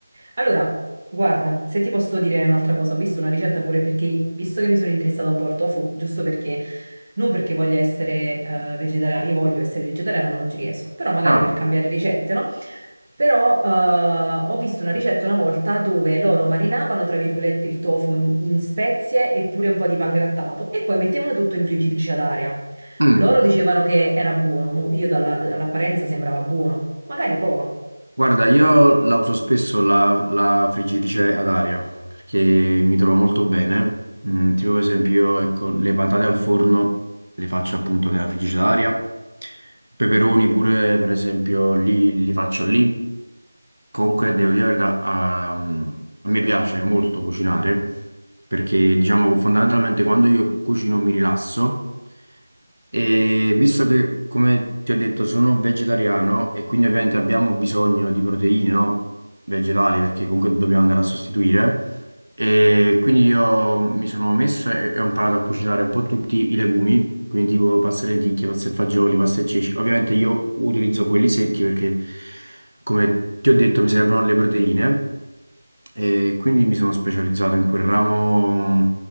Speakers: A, on the right; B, on the right.
A: Allora, guarda, se ti posso dire un'altra cosa, ho visto una ricetta pure perché, visto che mi sono interessata un po' al tofu, giusto perché, non perché voglia essere eh, vegetariana, io voglio essere vegetariana ma non ci riesco, però magari
B: Ah,
A: per cambiare ricette, no? Però eh, ho visto una ricetta una volta dove loro marinavano, tra virgolette, il tofu in, in spezie e pure un po' di pangrattato e poi mettevano tutto in friggitrice ad aria.
B: mm.
A: Loro dicevano che era buono, mo io dalla- dall'apparenza sembrava buono, magari prova.
B: Guarda, io la uso spesso la, la friggitrice ad aria perché mi trovo molto bene. Mm, tipo per esempio, ecco, le patate al forno le faccio appunto nella friggitrice ad aria. Peperoni pure, per esempio, li, li faccio lì. Comunque, devo dire la verità, a, a me piace molto cucinare perché, diciamo, fondamentalmente quando io cucino mi rilasso e visto che, come ti ho detto, sono vegetariano e quindi ovviamente abbiamo bisogno di proteine, no? Vegetali, perché comunque dobbiamo andare a sostituire. E quindi io mi sono messo e, e ho imparato a cucinare un po' tutti i legumi, quindi tipo pasta e lenticchie, pasta e fagioli, pasta e ceci. Ovviamente io utilizzo quelli secchi perché, come ti ho detto, mi servono le proteine e quindi mi sono specializzato in quel ramo mm,